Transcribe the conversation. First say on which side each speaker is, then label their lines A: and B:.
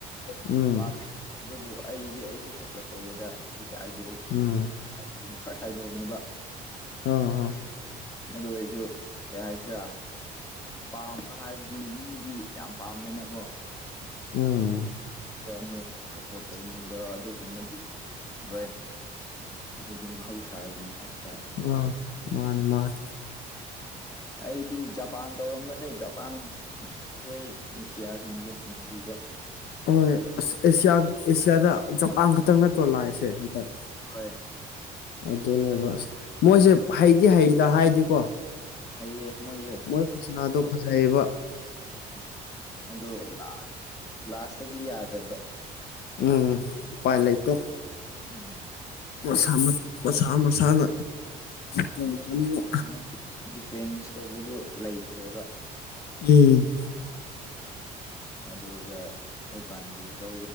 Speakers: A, on the left; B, on the left.
A: ꯎꯝ
B: ꯄꯥꯝꯃꯦ ꯑꯗꯨꯕꯨ ꯑꯩꯁꯦ ꯑꯩꯁꯨ ꯁꯞꯄꯣꯔꯠ ꯇꯧꯋꯦꯗ ꯑꯩ ꯀꯌꯥ ꯍꯥꯏꯗꯒꯨꯝꯃꯦ
A: ꯎꯝ
B: ꯑꯥꯏꯗꯣꯜꯅꯦ ꯐꯥꯔꯁ ꯑꯥꯏꯗꯣꯜꯅꯦꯕ
A: ꯑꯥ ꯑ
B: ꯑꯗꯨ ꯑꯩꯁꯨ ꯀꯩ ꯍꯥꯏꯁꯤꯔꯥ ꯄꯥꯝꯕ ꯍꯥꯏꯕꯗꯤ ꯃꯤꯒꯤ ꯌꯥꯝ ꯄꯥꯝꯃꯤꯅꯀꯣ
A: ꯎꯝ
B: ꯗ ꯑꯃꯨꯛ ꯁꯞꯄꯣꯔꯠ ꯇꯧꯅꯤꯡꯕ ꯑꯗꯨꯒꯨꯝꯃꯗꯤ ꯍꯣꯏ ꯑꯗꯨꯗꯤ ꯃꯍꯧꯁꯥꯒꯅꯤ ꯍꯥꯏꯇꯥꯔꯦ
A: ꯑ ꯃꯥꯅꯦ ꯃꯥꯅꯦ
B: ꯑꯩꯗꯤ ꯖꯄꯥꯟ ꯇꯧꯔꯝꯕꯅꯦ ꯖꯄꯥꯟ ꯑꯩꯈꯣꯏ ꯑꯦꯁꯤꯌꯥꯁꯤꯡꯁꯦ ꯅꯨꯡꯁꯤꯕ
A: ꯍꯣꯏꯁ ꯑꯦꯁꯤꯌꯥ ꯑꯦꯁꯤꯌꯥꯗ ꯖꯄꯥꯟ ꯈꯛꯇꯪ ꯅꯠꯇ꯭ꯔꯣ ꯂꯥꯛꯏꯁꯦ ꯍꯟꯗꯛ
B: ꯍꯣꯏ
A: ꯑꯗꯨꯅꯦꯕꯁ ꯃꯣꯏꯁꯦ ꯍꯩꯗꯤ ꯍꯩꯗ ꯍꯥꯏꯗꯤꯦꯀꯣ
B: ꯍꯥꯏꯌꯦ ꯃꯣꯏꯁꯨ
A: ꯃꯣꯏ ꯈꯨꯣꯏꯁꯅꯥꯗꯨꯣ ꯐꯖꯩꯕ
B: ꯎꯝ ꯑꯣ ꯂꯥꯁ ꯂꯥꯁꯇꯗꯤ ꯌꯥꯗ꯭ꯔꯕ
A: ꯎꯝ ꯄꯥꯏ ꯂꯩ ꯏꯇ
B: ꯎꯝ
A: ꯁ ꯃꯁꯥ ꯃꯁꯥꯅ ꯆꯔꯛꯄꯅꯤꯅ
B: ꯃꯣꯏ ꯃꯣꯏ ꯗꯤꯐꯦꯟꯁ ꯇꯧꯕꯗꯨꯣ ꯂꯩꯇ꯭ꯔꯦꯕ
A: ꯎꯝ
B: ꯑꯗꯨꯗ ꯑꯦꯗꯚꯥꯟꯇꯦꯖ ꯇ